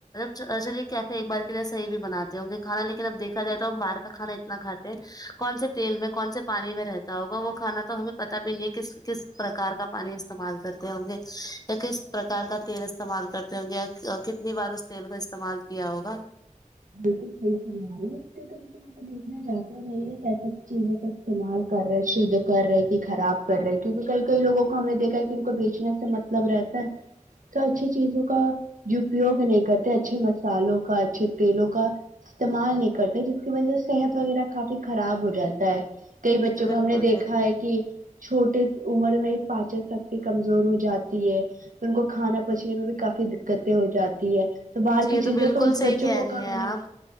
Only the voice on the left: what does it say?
ج چلیے کیسے ایک بار کے لیے صحیی بھی بنے ہوں گے کھانا لیکن اب دیکھا جائے تو ہم باہر کا کھانا اتنا کھاتے ہے کون سے تیل میں کون سے پانی میں رہتا ہوگا وہ کھانا تو ہمیں پت بھی نہیں ہے کس کس پرکار کا پانی استعمال کرتے ہوں گے یا کس پرکار کا تیل استعمال کرتے ہوں گے یا کتنی بار اس تیل کا استعمال کیا ہوگا
یہ تو بالکل
جی
یہ
بالکل
صحیح
کہہ رہی
ہیں آپ